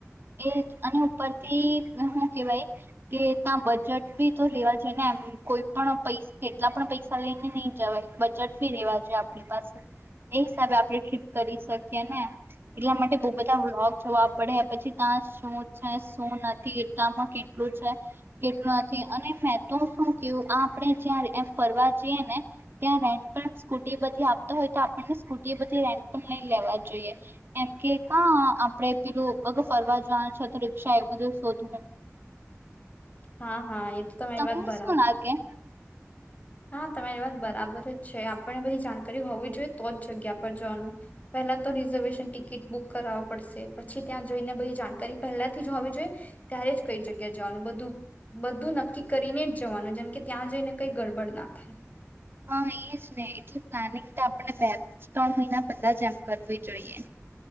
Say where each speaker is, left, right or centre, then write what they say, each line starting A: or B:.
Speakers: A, on the right (about 45°); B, on the left (about 30°).
A: એ અને ઉપરથી શું કેવાય કે ત્યાં બજેટ બી તો રેવા જોઈએ ને એમ કોઈ પણ પૈ કેટલા પણ પૈસા લઈને નઈ જવાય બજેટ ભી રેવા જોઈએ આપણી પાસે એ હિસાબે આપડે ટપ કરી શકીએ ને એટલા માટે બઉુ બધા વ્લોગ જોવા. પડ્યા પછી. ત્યા શું છે શું નથી એટલામાં કેટલું છે. કેટલું નથી અને તો શું કું આ આપણે જ્યાં એમ ફરવા જઈએ ને ત્યાં રેન્ટ પણ સ્કૂટી બધી આપતો હોય તો આપણને સ્કૂટી બધી રેન્ટ પણ લઈ લેવા જોઈએ. એમ કે ક આપડે પેલું પગ ફરવા જનું છે તો રિક્ષા એ બધું શોધ હું
B: હા હા એ તો તમારી
A: તમને
B: વાત બરાબર
A: શું ના કે
B: હા તમારી વાત બરાબર જ છે આપણને બધી જાણકારી હોવી જોઈએ તો જ જગ્યા પર જવાનું પહેલા તો રિઝર્વેશન ટિકિટ બુક કરાવ પડશે, પછી ત્યાં જઈને બધી જાણકારી પહેલાથી જ હોવી જોઈએ ત્યારે જ કઈ જગ્યા જવાનું બધું બધું નક્કી કરીને જ જવાનું જેમ કે ત્યાં જઈને કઈ ગડ બળના થાય.
A: હા એજ ને એટલે પ્લાનિંગ તો આપણે બે ત્રણ મહિના પહેલા જ એમ કરવી જોઈએ.